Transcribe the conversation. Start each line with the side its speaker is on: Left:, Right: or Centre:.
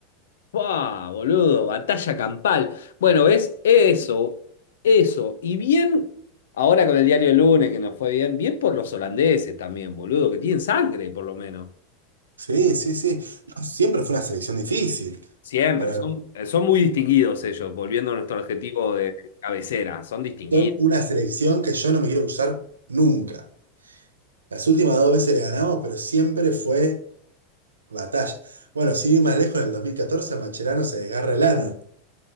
Left: ¡Buah, boludo! Batalla campal. Bueno, ¿ves? Eso, eso. Y bien, ahora con el diario El Lunes que nos fue bien, bien por los holandeses también, boludo, que tienen sangre, por lo menos.
Right: Sí, sí, sí. No, siempre fue una selección difícil.
Left: Siempre,
Right: Para...
Left: son, son muy distinguidos ellos, volviendo a nuestro adjetivo de cabecera, son distinguidos.
Right: son una selección que yo no me quiero usar nunca. Las últimas dos veces le ganamos, pero siempre fue batalla. Bueno, si ir más lejos, en el 2014 Macherano se desgarra el ano